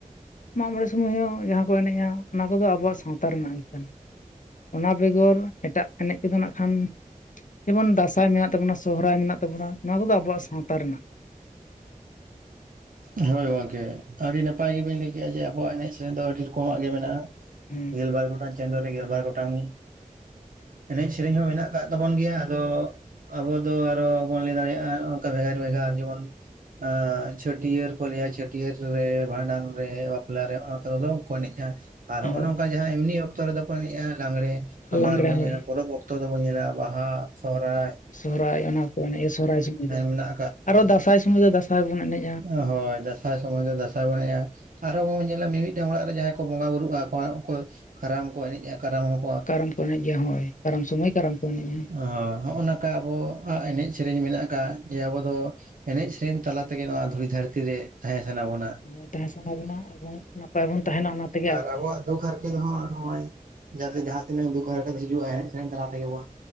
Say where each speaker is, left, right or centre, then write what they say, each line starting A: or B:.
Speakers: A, on the left; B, on the right.
A: ᱢᱟᱜ ᱢᱚᱬᱮ ᱥᱢᱚᱭ ᱦᱚᱸ ᱡᱟᱦᱟᱸ ᱠᱚ ᱮᱱᱮᱡᱼᱟ ᱚᱱᱟ ᱠᱚᱫᱚ ᱟᱵᱚᱣᱟᱜ ᱥᱟᱶᱛᱟ ᱨᱮᱱᱟᱜ ᱜᱮ ᱠᱟᱱᱟ᱾ ᱚᱱᱟ ᱵᱮᱜᱚᱨ ᱮᱴᱟᱜ ᱮᱱᱮᱡ ᱠᱚᱫᱚ ᱱᱟᱜ ᱠᱷᱟᱱ ᱡᱮᱢᱚᱱ ᱫᱟᱸᱥᱟᱭ ᱢᱮᱱᱟᱜ ᱛᱟᱵᱚᱱᱟ, ᱥᱚᱦᱚᱨᱟᱭ ᱢᱮᱱᱟᱜ ᱛᱟᱵᱚᱱᱟ, ᱱᱚᱣᱟ ᱠᱚᱫᱚ ᱟᱵᱚᱣᱟᱜ ᱥᱟᱶᱛᱟ ᱨᱮᱱᱟᱜ᱾
B: <inaudible> ᱦᱳᱭ ᱜᱚᱝᱠᱮ ᱟᱹᱰᱤ ᱱᱟᱯᱟᱭ ᱜᱮᱵᱤᱱ ᱞᱟᱹᱭ ᱠᱮᱜᱼᱟ ᱡᱮ ᱟᱵᱚᱣᱟᱜ ᱮᱱᱮᱡ ᱥᱮᱨᱮᱧ ᱫᱚ ᱟᱹᱰᱤ ᱨᱚᱠᱚᱢᱟᱜ ᱜᱮ ᱢᱮᱱᱟᱜᱼᱟ ᱾
A: ᱦᱩᱸ
B: ᱜᱮᱞ ᱵᱟᱨ ᱜᱚᱴᱟᱝ ᱪᱟᱸᱫᱳ ᱨᱮ ᱜᱮᱞ ᱵᱟᱨ ᱜᱚᱴᱟᱝ ᱮᱱᱮᱡ ᱥᱮᱨᱮᱧ ᱦᱚᱸ ᱢᱮᱱᱟᱜ ᱠᱟᱜ ᱛᱟᱵᱚᱱ ᱜᱮᱭᱟ ᱟᱫᱚ ᱟᱵᱚ ᱫᱚ ᱟᱨᱚ ᱵᱚᱱ ᱞᱟᱹᱭ ᱫᱟᱲᱮᱭᱟᱜᱼᱟ ᱚᱱᱠᱟ ᱵᱷᱮᱜᱟᱨ ᱵᱷᱮᱜᱟᱨ ᱡᱮᱢᱚᱱ ᱮ ᱪᱷᱟᱹᱴᱭᱟᱹᱨ ᱠᱚ ᱞᱟᱹᱭᱟ, ᱪᱷᱟᱹᱴᱭᱟᱹᱨ ᱨᱮ, ᱵᱷᱟᱸᱰᱟᱱ ᱨᱮ ᱵᱟᱯᱞᱟᱨᱮ ᱚᱱᱟ ᱠᱚᱨᱮ ᱫᱚᱝ ᱠᱚ ᱮᱱᱮᱡᱼᱟ ᱾ ᱟᱨ ᱦᱚᱸᱜᱼᱚ
A: ᱦᱳᱭ
B: ᱱᱚᱝᱠᱟ ᱡᱟᱦᱟᱸ ᱮᱢᱱᱤ ᱚᱠᱛᱚ ᱨᱮᱫᱚ ᱠᱚ ᱮᱱᱮᱡᱼᱟ ᱞᱟᱜᱽᱬᱮ ᱟᱵᱟᱨ
A: ᱞᱟᱜᱽᱲᱮ
B: ᱵᱚᱱ ᱧᱮᱞᱟ
A: ᱦᱳᱭ
B: ᱯᱚᱨᱚᱵᱽ ᱚᱠ ᱛᱚ ᱫᱚᱵᱚᱱ ᱧᱮᱞᱟ ᱵᱟᱦᱟ, ᱥᱚᱦᱚᱨᱟᱭ᱾
A: ᱥᱚᱦᱚᱨᱟᱭ ᱚᱱᱟ ᱠᱚ ᱮᱱᱮᱡ ᱜᱮ ᱥᱚᱦᱚᱨᱟᱭ ᱥᱚᱢᱚᱭ ᱫᱚ
B: ᱢᱮᱱᱟᱜ
A: ᱟᱨᱚ ᱫᱟᱸᱥᱟᱭ ᱥᱚᱢᱚᱭ ᱫᱚ ᱫᱟᱸᱥᱟᱭ ᱵᱚᱱ ᱮᱱᱮᱡ
B: ᱚ ᱦᱚᱭ ᱫᱟᱥ ᱫᱟᱸᱥᱟᱭ ᱥᱚᱢᱚᱭ ᱫᱚ ᱫᱟᱸᱥᱟᱭ ᱵᱚᱱ ᱮᱱᱮᱡ ᱟ ᱟᱨᱦᱚᱸ ᱟᱵᱚᱵᱚᱱ ᱧᱮᱞᱟ ᱢᱤᱼᱢᱤᱫᱴᱟᱝ ᱚᱲᱟᱜ ᱨᱮ ᱡᱟᱦᱟᱸᱭ ᱠᱚ ᱵᱚᱸᱜᱟ ᱵᱩᱨᱩᱜᱼᱟ ᱟᱠᱚ ᱟᱨ ᱩᱱᱠᱩ ᱠᱟᱨᱟᱢ ᱠᱚ ᱮᱱᱮᱡᱼᱟ ᱠᱟᱨᱟᱢ ᱦᱚᱸ᱾
A: ᱠᱟᱨᱟᱢ ᱠᱚ ᱮᱱᱮᱡ ᱜᱮᱭᱟ ᱦᱳᱭ ᱠᱟᱨᱟᱢ ᱥᱚᱢᱚᱭ ᱠᱟᱨᱟᱢ ᱠᱚ ᱮᱱᱮᱡᱼᱟ ᱾
B: ᱚ ᱦᱚᱸᱜᱼ ᱱᱟ ᱠᱟ ᱟᱵᱚᱣᱟᱜ ᱮᱱᱮᱡ ᱥᱮᱨᱮᱧ ᱢᱮᱱᱟᱜ ᱠᱟᱜᱼᱟ ᱡᱮ ᱟᱵᱚ ᱫᱚ ᱮᱱᱮᱡ, ᱥᱮᱨᱮᱧ, ᱛᱟᱞᱟ ᱛᱮᱜᱮ ᱱᱚᱣᱟ ᱫᱷᱩᱲᱤ ᱫᱷᱟᱹᱨᱛᱤ ᱨᱮ ᱛᱟᱦᱮᱸ ᱥᱟᱱᱟ ᱵᱚᱱᱟ᱾
A: ᱚᱭ ᱛᱟᱦᱮᱸ ᱥᱟᱱᱟ ᱵᱚᱱᱟ ᱮᱵᱚᱝ ᱱᱟᱯᱟᱭ ᱵᱚᱱ ᱛᱟᱦᱮᱱᱟ ᱚᱱᱟ ᱛᱮᱜᱮ
B: ᱟᱨ
A: ᱟᱨᱠᱤ᱾
B: ᱟᱵᱚᱣᱟᱜ ᱫᱩᱠ ᱦᱟᱨᱠᱮᱛ ᱦᱚᱸ ᱱᱚᱜᱚᱭ ᱡᱟᱛᱮ ᱡᱟᱦᱟᱸ ᱛᱤᱱᱟᱹᱜ ᱫᱩᱠ ᱦᱟᱨᱠᱮᱛ ᱦᱤᱡᱩᱜᱼᱟ ᱮᱱᱮᱡ ᱥᱮᱨᱮᱧ ᱛᱟᱞᱟ ᱛᱮᱜᱮ ᱵᱚᱱ